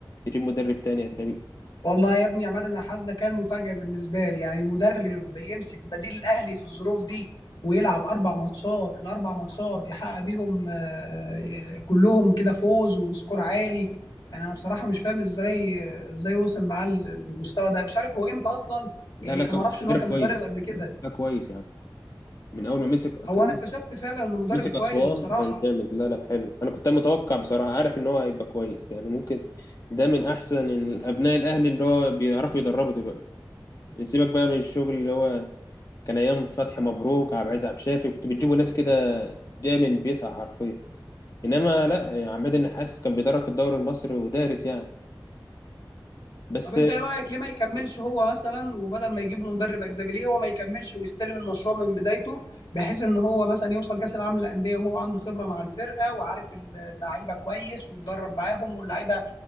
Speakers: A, on the left; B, on the left.
A: تجيب مدرب تاني أجنبي
B: والله يا ابني يا عماد انا حاسس ده كان مفاجأة بالنسبة لي يعني مدرب يمسك بديل الاهلي في الظروف دي ويلعب اربع ماتشات الاربع ماتشات يحقق بيهم آه، كلهم كده فوز وبسكور عالي يعني انا بصراحة مش فاهم ازاي ازاي وصل معاه المستوى ده مش عارف هو امتى اصلا
A: لا
B: يعني
A: لا
B: انا
A: كان
B: ما اعرفش
A: مدرب
B: ان هو كان
A: كويس
B: مدرب قبل كده
A: لا كويس يعني من اول ما مسك
B: هو
A: كان
B: انا
A: مسك
B: اكتشفت فعلا انه مدرب
A: مسك
B: كويس
A: اسوان
B: بصراحه
A: كان جامد لا لا حلو انا كنت متوقع بصراحه عارف ان هو هيبقى كويس يعني ممكن ده من احسن ابناء الاهلي اللي هو بيعرفوا يدربوا دلوقتي يعني سيبك بقى من الشغل اللي هو كان ايام فتحي مبروك عبد العزيز عبد الشافي كنت بتجيبوا ناس كده جايه من بيتها حرفيا انما لا عماد النحاس كان بيدرب في الدوري المصري ودارس يعني بس
B: طب انت ايه رايك ليه ما يكملش هو مثلا وبدل ما يجيب مدرب اجنبي ليه هو ما يكملش ويستلم المشروع من بدايته بحيث ان هو مثلا يوصل كاس العالم للانديه وهو عنده خبره مع الفرقه وعارف اللعيبه كويس واتدرب معاهم واللعيبه